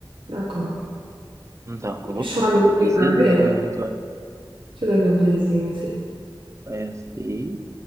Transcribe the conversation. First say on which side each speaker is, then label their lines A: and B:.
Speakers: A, on the right; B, on the right.
A: D'accord.
B: D'accord,
A: Je serai
B: c'est un
A: mieux
B: plaisir
A: préparé,
B: de jouer
A: hein.
B: avec toi.
A: C'était un plaisir aussi.
B: Merci.